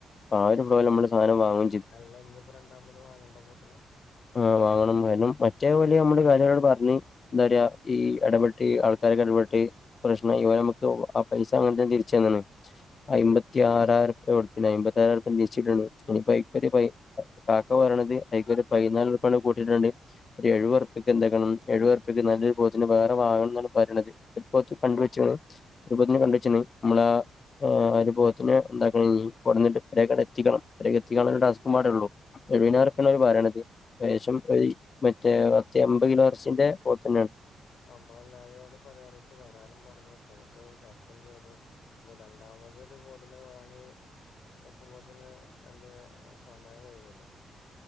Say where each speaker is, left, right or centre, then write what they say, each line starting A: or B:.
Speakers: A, on the left; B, on the left.
A: ആ ഒരു സ്ലോല്നമ്മള് സധനം വാങ്ങുകയും ചെയ്തു.
B: അല്ല ഇഞ്പ്പോ രണ്ടാമത് വാങ്ങണ്ടെ പോത്തിന.
A: ആ വാങ്ങണം വേണം പറ്റേപോലെ നമ്മള് കാര്യവരോട് പറഞ്ഞ് എന്താ പറയാ ഈ ഇടപെട്ട. ആൾക്കാരെക്കെ ഇടപെട്ട് പ്രശ്നം ഇ നമക്ക് ആ പൈസ അങ്ങനത്തെ തിരിച് തന്നാണ്. അയ്മ്പത്തി ആറായിറുപ്യാ കൊടുത്നി അയ്മ്പത്തി ആറായിറുപ്യാ ഇനിതിരിച്ച് കിട്ടേണം ഞ്ഞിപ്പയ്ക്കൊരു പയ് കാക്ക പറയിണെത് അയ്ക്കൊരു പയ്നാല്റുപ്യാണ് കൂട്ടിയിട്ടാണ്ട് ഒരു എഴുവർപ്പെക്ക് എന്താക്കണം എഴുവെർ ന്നല്ലൊരു പോത്തിന് വേറെ വാങ്ങണം ന്നാണ് പറയ്ണത് ഒരു പോത്ത് കണ്ട് വെച്ച്ക്ക്‌ണ് ഒരുപോത്തിന് കണ്ട് വെച്ച്ണ് മ്മളെ ഏഹ് ഒരു പോ അയ്നെ എന്താക്കണംഞ്ഞി കൊട്ന്നിട്ട് എത്തിക്കണം എത്തിക്കാനില്ലെ ട്ടാസ്ക്ക്‌പാടെള്ളൂ. എഴുനാറുപ്യാണ്
B: ആ
A: ഓര് പറീണത് ഏകേഷം കൈ മറ്റേ പത്ത് എമ്പത് കിലോ അർച്ചിന്റെ പോത്ത്ണ്ടായ്നി
B: അമ്മളെല്ലാരോടും പരിപാടിക്ക് വെരാനും പറഞ്ഞു പോത്ത് ചത്തും ചെയ്തു. ഞ്ഞി രണ്ടാമതൊരു പോത്തിനെ വാങ്ങി വെക്കുമ്പോ തെന്നെ എന്തെയ്യ സമയം വെയ്കൂലെ?